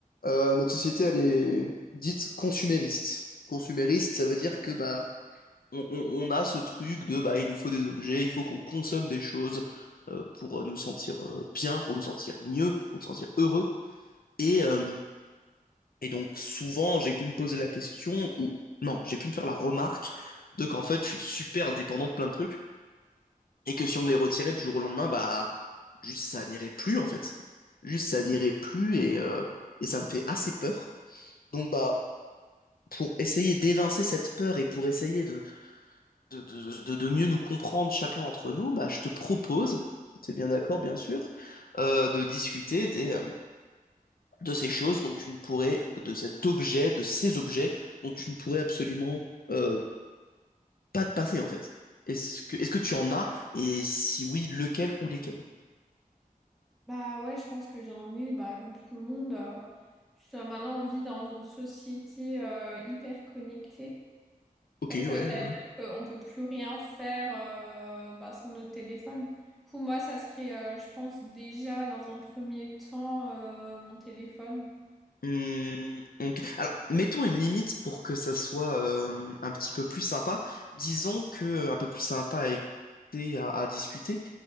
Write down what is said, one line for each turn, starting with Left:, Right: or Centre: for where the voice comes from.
Left: Euh, notre société, elle est dite consumériste. Consumériste, ça veut dire que bah, on, on- on a ce truc de bah, il nous faut des objets, il faut qu'on consomme des choses euh, pour euh, nous sentir euh, bien, pour nous sentir mieux, pour nous sentir heureux. Et, euh, et donc souvent, j'ai pu me poser la question, ou non, j'ai pu me faire la remarque de qu'en fait, je suis super dépendant de plein de trucs et que si on me les retirait du jour au lendemain, bah, juste ça n'irait plus en fait. Juste ça n'irait plus et, euh, et ça me fait assez peur. Donc bah pour essayer d'évincer cette peur et pour essayer de, de, de- de- de mieux nous comprendre chacun d'entre nous, bah, je te propose, si tu es bien d'accord, bien sûr, euh, de discuter des, euh, de ces choses dont tu ne pourrais, de cet objet, de ces objets dont tu ne pourrais absolument euh, pas te passer, en fait. Est-ce que, est-ce que tu en as? Et si oui, lequel ou lesquels?
Centre: Bah ouais, je pense que j'en ai, bah, comme tout le monde. euh, juste, euh, maintenant, on vit dans une société euh, hyper connectée.
Left: Ok,
Centre: En
Left: ouais,
Centre: fait, euh, ça
Left: ouais. ouais.
Centre: veut dire qu'on peut plus rien faire euh, bah, sans notre téléphone. Pour moi, ça serait, euh, je pense, déjà dans un premier temps, euh, mon téléphone.
Left: Hmm, ok. Alors, mettons une limite pour que ça soit euh, un petit peu plus sympa. Disons que euh, un peu plus sympa à écouter, à, à discuter.